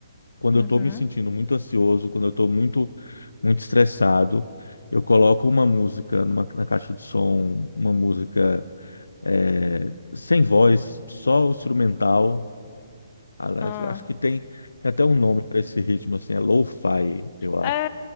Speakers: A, on the left; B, on the left.
A: Quando
B: Uhum.
A: eu estou me sentindo muito ansioso, quando eu estou muito, muito estressado, eu coloco uma música numa, na caixa de som, uma música é, sem voz, só o instrumental. A-
B: Ah.
A: Acho que tem, tem até um nome para esse ritmo, assim, é lo-fi, eu acho.
B: É,